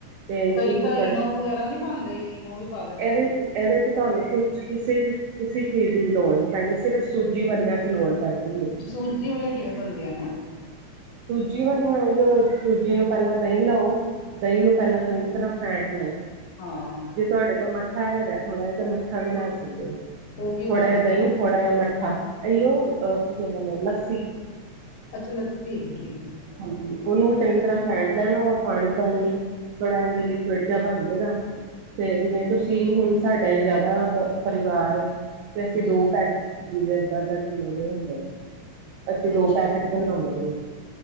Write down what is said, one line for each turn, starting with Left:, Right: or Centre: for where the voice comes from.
Right: ਤੇ ਇੱਕ-ਇੱਕ
Left: ਕਈ ਤਾਂ ਇਨੋ
Right: ਕੜਛੀ
Left: ਵਗੈਰਾ ਨਹੀਂ ਪਾਉਂਦੇ, ਇਨੋ ਵੀ ਪਾ ਲੈਂਦੇ
Right: ਇਹਦੇ
Left: ਨੇ
Right: 'ਚ, ਇਹਦੇ 'ਚ ਤੁਹਾਨੂੰ ਕੁਛ ਕਿਸੇ ਕਿਸੇ ਚੀਜ਼ ਦੀ ਵੀ ਲੋੜ ਨੀ ਪੈਣੀ, ਸਿਰਫ ਸੂਜੀ ਵਾਲਿਆ ਚ ਲੋੜ ਪੈਂਦੀ ਏ।
Left: ਸੁਜੀ ਵਾਲਿਆਂ ਕਿਵੇਂ ਬਨ ਗਿਆ ਨਾ?
Right: ਸੂਜੀ ਵਾਲੀਆ, ਸੂਜੀ ਨੂੰ ਪਹਿਲਾਂ ਦਹੀਂ ਲਓ। ਦਹੀਂ ਨੂੰ ਪਹਿਲਾਂ ਚੰਗੀ ਤਰ੍ਹਾਂ ਫੈਂਟ ਲਓ।
Left: ਹਾਂ
Right: ਜੇ ਤੁਹਾਡੇ ਕੋਲ ਮੱਠਾ ਹੈਗਾ ਥੋੜਾ ਜਿਹਾ, ਤਾਂ ਮੱਠਾ ਵੀ ਲਾ ਸਕਦੇ ਹੋ।
Left: ਉਹ ਕੀ ਹੁੰਦਾ
Right: ਥੋੜਾ ਜਿਹਾ
Left: ਮੱਠਾ
Right: ਦਹੀਂ, ਥੋੜਾ ਜਿਹਾ ਮੱਠਾ, ਅਈਉ ਕੀ ਕਹਿੰਦੇ ਨੇ ਲੱਸੀ।
Left: ਅੱਛਾ, ਲੱਸੀ, ਠੀਕ। ਠੀਕ
Right: ਹਾਂਜੀ, ਉਹਨੂੰ ਚੰਗੀ ਤਰ੍ਹਾਂ ਫੈਂਟ ਲੈਣਾ ਵਾ, ਪਾਣੀ - ਪਾਣੀ ਥੋੜਾ ਇੰਜ ਲਿਕਵਿਡ ਜਿਹਾ ਬਣ ਜਾਏ ਨਾ, ਤੇ ਜਿਵੇਂ ਤੁਸੀਂ ਹੁਣ ਸਾਡਾ ਜਿਆਦਾ ਪਰਿਵਾਰ ਤੇ ਅਸੀਂ
Left: ਹਮ
Right: ਦੋ
Left: ਹਮ
Right: ਪੈਕੇਟ ਲਏ, ਅੱਧਾ ਅੱਧਾ- ਕਿੱਲੋ ਦੇ ਹੁੰਦੇ ਨੇ। ਅਸੀਂ ਦੋ
Left: ਅੱਛਾ
Right: ਪੈਕੇਟ
Left: ਅੱਛਾ
Right: ਬਣਾਵਾਂਗੇ।